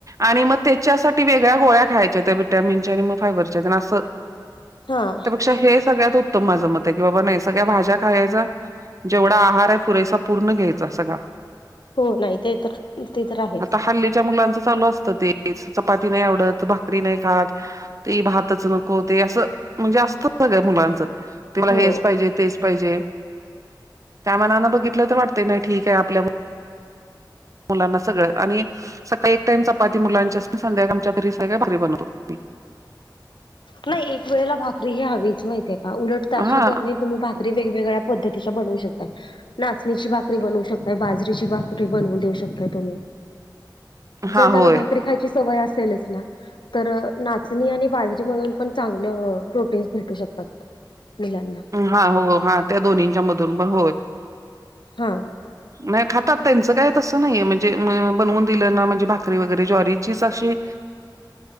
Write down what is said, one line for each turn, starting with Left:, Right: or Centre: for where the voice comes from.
Right: आणि मग त्याच्यासाठी वेगळ्या गोळ्या खायच्या त्या विटॅमिनच्या आणि मग फायबरच्या तेन असं.
Left: हा
Right: त्यापेक्षा हे सगळ्यात उत्तम माझं मत आहे की नाही बाबा नाही सगळ्या भाज्या खायाचं. जेवढा आहार आहे पुरेसा पूर्ण घ्यायचा सगळा.
Left: हो नाही ते तर ते तर आहे.
Right: आता हल्लीच्या मुलांचं चालू असतं तेच चपाती नाही आवडत. भाकरी नाही खात. ते भातच नको ते असं म्हणजे असतं सगळ्या मुलांचं. ते मला
Left: हो
Right: हेच पाहिजे, तेच पाहिजे. त्या मानानं बघितलं वाटतय नाही ठीक आहे आपल्या मुलांना सगळं आणि सकाळी एक टाइम चपाती मुलांची असती संध्याकाळी आमच्या तरी सगळ्या भाकरी बनवतो मी.
Left: नाही एक वेळेला भाकरी ही हवीच माहिते का उलट त्यात
Right: हा
Left: सुधा नाही तुम्ही भाक करी वेगवेगळ्या पद्धतीच्या बनवू शकता. नाचणीची भाकरी बनवू शकताय, बाजरीची भाकरी बनवून देऊ शकताय तुम्ही.
Right: हा
Left: जर त्यांना
Right: होय
Left: भाकरी खायची सवय असेलच ना तर नाचणी आणि बाज जरी मधून पण चांगलं प्रोटीन्स भेटू शकतात मुलांना.
Right: हा हो हा त्या दोन्हींच्या मधून पण होय.
Left: हा.
Right: नाही खातात त्यांचं काय तसं नाहीये म्हणजे बनवून दिलं ना म्हणजे भाकरी वगैरे ज्वारीचीच अशी
Left: <inaudible>